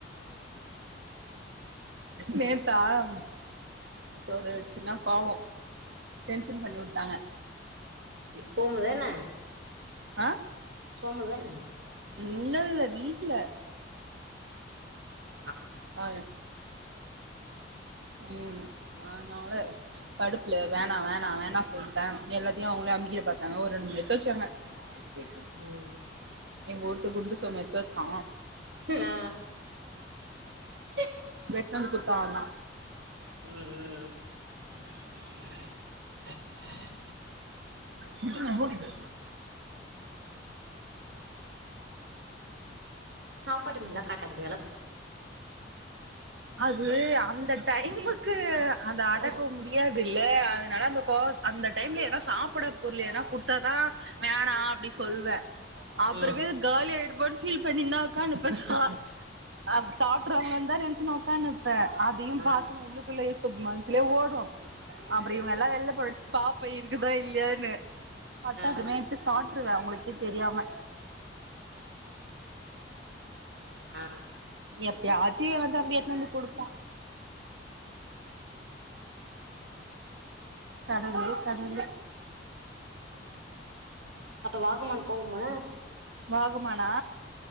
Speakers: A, on the right; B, on the right.
A: நே த்தா ம் நேத்தொரு சின்ன கோவோ டென்ஷன் பண்ணி உட்டாங்க
B: இ சோமுதான
A: அ
B: சோமுதான
A: இல்லல்ல வீட்ல
B: அ
A: அ ம் அ னால கடுப்புல வேணா வேணா வேணா சொல்ட்டே யெல்லாத்தையு அவங்களே அமிக்கிட பாத்தாங்க ஒரு ரெண்டு <unintelligible>
B: ம்
A: எங்க வூட்டு குண்டு சோம எத்து வச்சா
B: ஆ ஆ
A: எத்துட்னு வந்து குத்தா அவந்தா
B: ம் ம்
A: விட்டுங்க போட்டிட்டு
B: <unintelligible> காட்டாது
A: அது அந்த டைமுக்கு அத அடக்க முடியாதுல்ல அதனால அந்த கோவ அந்த டைம்ல எனா சாப்ட பொருள்யெதுன்னா குடுத்தாதா வேணா அப்டி சொல்வே அப்புற
B: ம்
A: பே காலியாடுப்போனு பீல் பண்ணினுந்தா ஒக்காந்துனுப்பேன் சா அ சாப்ட்ருவாங்களோந்தா நெனைச்சுனு உக்காந்தினுப்பே அதயு
B: ஆ
A: பாத்துன்னு உள்ளுக்குள்ளயே சும இதுல ஓடும் அப்றம் இவங்கல்லா வெளில போயிட் பாப்பே இருக்குதா இல்லையான்னு பாத்தா
B: ஆ
A: அப்றமே எட்த்து சாப்ட்ருவே உங்களுக்கு தெரியாம
B: ஆ
A: எப்பயாது <unintelligible> வந்து அப்டிய எட்னுத்தந்து குடுப்பா கடவ்ளே கடவ்ளே
B: அப்ப வாகமன் போவ்ம
A: வாகமானா